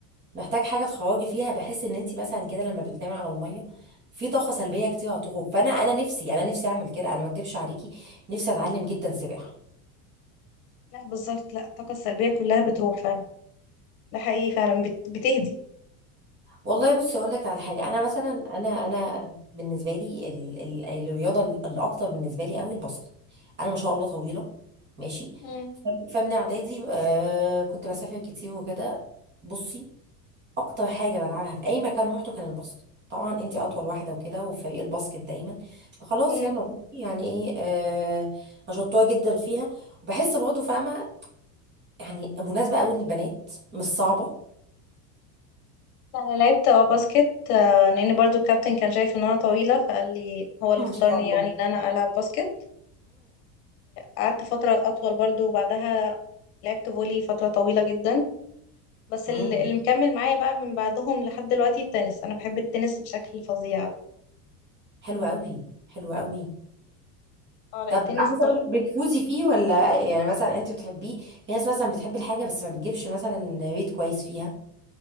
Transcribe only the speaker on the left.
لا بالظبط لا الطاقة السلبية كلها بتروح فعلا ده حقيقي فعلا بت... بتهدي
مم.
مم.
لا، انا لعبت اه باسكت آه، لان برضو الكابتن كان شايف ان انا طويلة فقال لي هو اللي
اختارني
يعني ان انا العب باسكت قعدت فترة أطول برضو وبعدها لعبت فولي فترة طويلة جدا بس
ال- اللي مكمل معايا بقى من بعدهم لحد دلوقتي التنس أنا بحب التنس بشكل فظيع
اه لا
التنس
تحفة